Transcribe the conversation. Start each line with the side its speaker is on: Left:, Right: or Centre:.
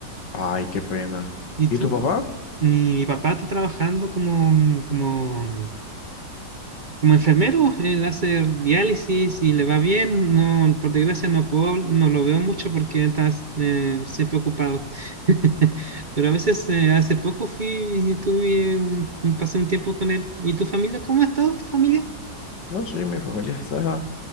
Left: Ay, qué pena.
Right: Y
Left: ¿Y
Right: tú...
Left: tu papá?
Right: co- Mi, mi papá está trabajando como, mm, como, mm, como enfermero, él hace diálisis y le va bien. No, por desgracia no puedo, no lo veo mucho porque está eh, siempre ocupado. <laughs> Pero a veces, eh, hace poco fui y tuve un, un- pasé un tiempo con él. ¿Y tu familia? ¿Cómo ha estado tu familia?
Left: No, sí, mi familia está...